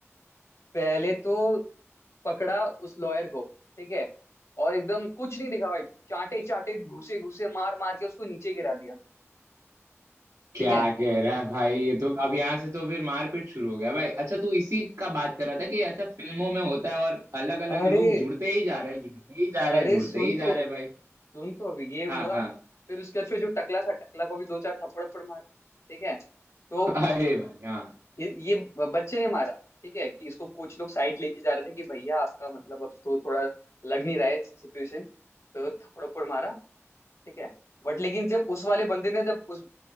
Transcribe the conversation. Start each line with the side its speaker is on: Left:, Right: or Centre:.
Left: पहले तो पकड़ा उस लॉयर को ठीक है और एकदम कुछ नहीं दिखा भाई चाटे चाटे घुसे घुसे मार मार के उसको नीचे गिरा दिया
Right: क्या
Left: ठीक है
Right: कह रहा है भाई ये तो अब यहाँ से तो फिर मारपीट शुरू हो गया भाई अच्छा तू इसी का बात कर रहा था कि ऐसा फिल्मों में होता है और अलग अलग
Left: अरे
Right: लोग जुड़ते ही जा रहे हैं जुड़ते ही जा रहे
Left: अरे
Right: हैं जुड़ते
Left: सुन
Right: ही जा
Left: तो
Right: रहे हैं भाई
Left: सुन तो अभी ये हुआ
Right: हाँ हाँ
Left: फिर उसके बाद फिर जो टकला था टकला को भी दो चार थप्पड़ थप्पड़ मारा ठीक है तो
Right: <laughs> अरे भाई हाँ
Left: ये ये ब- बच्चे ने मारा ठीक है कि इसको कोच लोग साइड लेके जा रहे थे कि भैया आपका मतलब अब तो थोड़ा लग नहीं रहा है सिचुएशन तो थप्पड़ थप्पड़ मारा ठीक है बट लेकिन जब उस वाले बंदे ने जब उस